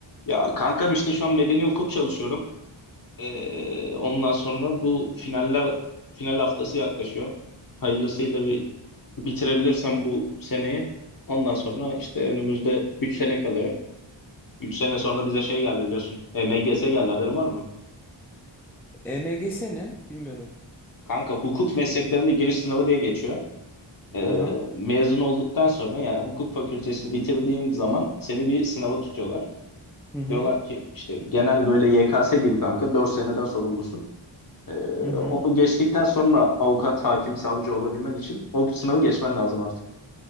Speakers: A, on the left; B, in the centre.
A: Ya kankam işte şu an medeni hukuk çalışıyorum. Ee, ondan sonra bu finaller final haftası yaklaşıyor. Hayırlısıyla bir bitirebilirsem bu seneyi. Ondan sonra işte önümüzde 3 sene kalıyor. 3 sene sonra bize şey geldi biliyorsun. MGS geldi haberin var mı?
B: EMGS ne? Bilmiyorum.
A: Kanka hukuk mesleklerinde giriş sınavı diye geçiyor. Ee,
B: Aha.
A: mezun olduktan sonra yani hukuk fakültesini bitirdiğin zaman seni bir sınava tutuyorlar.
B: Hı hı.
A: Diyorlar ki işte genel böyle YKS gibi kanka 4 seneden sorumlusun. Ee,
B: Hı hı.
A: onu geçtikten sonra avukat, hakim, savcı olabilmen için o sınavı geçmen lazım artık.